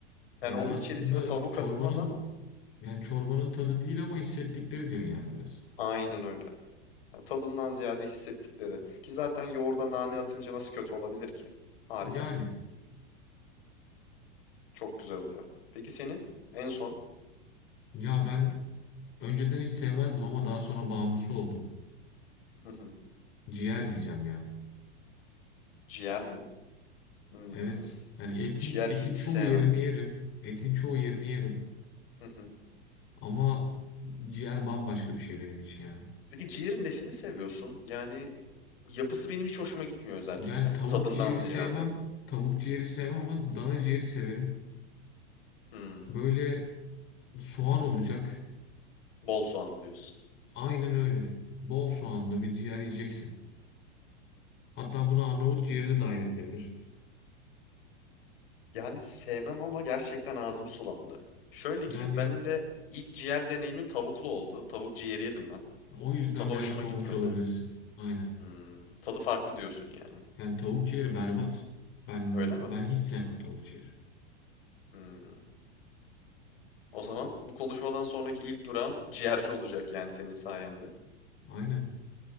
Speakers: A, on the left; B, on the left.
A: Yani
B: Yani onun
A: aslında
B: içerisine tavuk
A: çorbanın
B: atılmaz ama
A: yani çorbanın tadı değil ama hissettikleri diyorsun yani biraz.
B: aynen öyle. Yani tadından ziyade hissettikleri. Ki zaten yoğurda nane atınca nasıl kötü olabilir ki? Harika.
A: Yani
B: Çok güzel oluyor. Peki senin en son?
A: ya ben önceden hiç sevmezdim ama daha sonra bağımlısı oldum.
B: Hı hı.
A: Ciğer diyeceğim ya.
B: Ciğer mi? Hmm,
A: Evet. Yani etin
B: Ciğer
A: etin
B: hiç
A: çoğu
B: sevmem.
A: yerini yerim. Etin çoğu yerini yerim.
B: <laughs>
A: Ama ciğer bambaşka bir şey benim için ya.
B: Peki ciğerin nesini seviyorsun? Yani yapısı benim hiç hoşuma gitmiyor özellikle.
A: Yani tavuk
B: Tadından
A: ciğeri
B: ziyade.
A: sevmem. Tavuk ciğeri sevmem ama dana ciğeri severim.
B: Hmm,
A: Böyle soğan olacak.
B: bol soğanlı diyorsun.
A: Aynen öyle. Bol soğanlı bir ciğer yiyeceksin. Hatta buna Arnavut ciğeri de dahil edilebilir.
B: Yani sevmem ama gerçekten ağzım sulandı. Şöyle ki
A: Yani
B: benim de ilk ciğer deneyimim tavuklu oldu. Tavuk ciğeri yedim ben.
A: o yüzden
B: Tadı
A: biraz
B: hoşuma
A: soğumuş
B: gitmedi.
A: olabilirsin. Aynen.
B: Hmm, tadı farklı diyorsun yani.
A: Yani tavuk ciğeri berbat. Ben
B: Öyle mi?
A: ben hiç sevmem tavuk ciğeri.
B: Hmm. O zaman bu konuşmadan sonraki ilk durağım ciğerci olacak yani senin sayende.
A: Aynen.